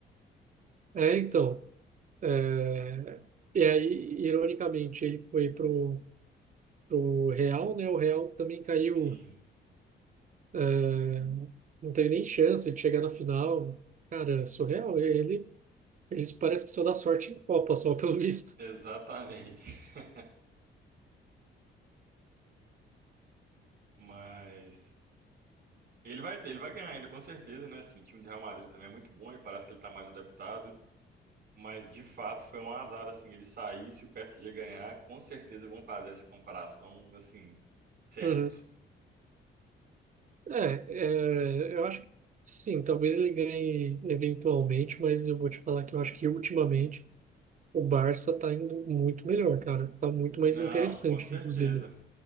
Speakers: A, on the right; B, on the right.
A: É, então, é, e aí, ironicamente, ele foi pro, pro Real, né? O Real também caiu,
B: Sim,
A: é, não teve nem chance de chegar na final. Cara, surreal, ele, eles parece que só dá sorte em Copa, só <laughs> pelo visto.
B: exatamente. <laughs> Mas ele vai ter, ele vai ganhar ainda, com certeza, né? Assim, o time do Real Madrid também é muito bom e parece que ele tá mais adaptado. Mas de fato foi um azar, assim, ele sair, se o PSG ganhar, com certeza vão fazer essa comparação, assim, certo.
A: Uhum. É, é, eu acho que sim, talvez ele ganhe eventualmente, mas eu vou te falar que eu acho que ultimamente O Barça tá indo muito melhor, cara. Tá muito mais
B: Não,
A: interessante,
B: com certeza.
A: inclusive.